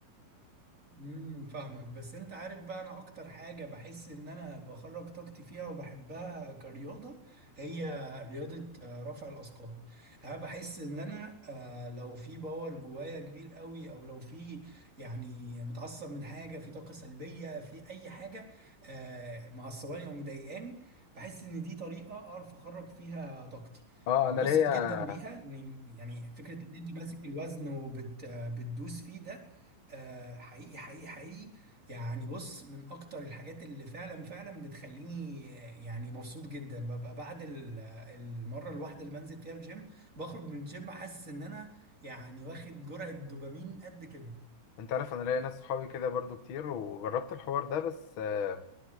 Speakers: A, on the right; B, on the left.
A: امم فاهمك بس انت عارف بقى انا اكتر حاجة بحس ان انا بخرج طاقتي فيها وبحبها كرياضة هي رياضة آه، رفع الاثقال انا بحس ان انا آه، لو في باور جوايا كبير قوي او لو في يعني متعصب من حاجة في طاقة سلبية في اي حاجة آه، معصباني او مضايقاني بحس ان دي طريقة اعرف اخرج فيها طاقتي
B: اه
A: بنبسط
B: انا ليا
A: جدا بيها إن- يعني فكرة ان انت ماسك الوزن وبتدوس فيه ده آه حقيقي حقيقي حقيقي يعني بص من اكتر الحاجات اللي فعلا فعلا بتخليني آه، يعني مبسوط جدا ببقى بعد ال- آه، المره الواحده اللي بنزل فيها الجيم بخرج من الجيم حاسس ان انا يعني واخد جرعه دوبامين قد كده
B: انت عارف انا ليا ناس صحابي كده برضو كتير وجربت الحوار ده بس آه،